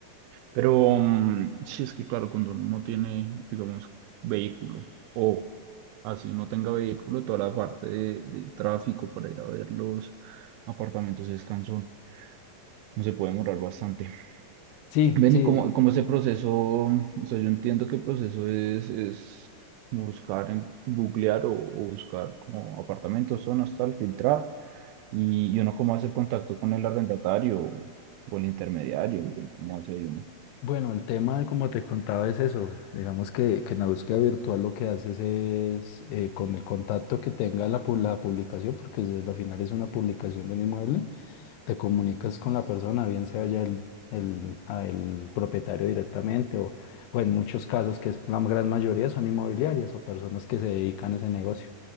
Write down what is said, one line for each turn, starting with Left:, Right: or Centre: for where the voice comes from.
Right: pero mm, sí es que claro, cuando uno no tiene, digamos, vehículo o así uno tenga vehículo, toda la parte de, de tráfico para ir a ver los apartamentos es cansón, no se puede demorar bastante.
Left: Sí,
Right: Ven,
Left: sí,
Right: ¿y cómo, cómo ese proceso? O sea, yo entiendo que el proceso es, es buscar, en, googlear o, o buscar como apartamentos, zonas, tal, filtrar, y, y uno cómo hace el contacto con el arrendatario o, o el intermediario, o cómo hace uno.
Left: Bueno, el tema, como te contaba, es eso. Digamos que, que en la búsqueda virtual lo que haces es, eh, con el contacto que tenga la, pu- la publicación, porque es- al final es una publicación de un inmueble, te comunicas con la persona, bien sea ya el, el, a el propietario directamente o, o en muchos casos, que es la gran mayoría, son inmobiliarias o personas que se dedican a ese negocio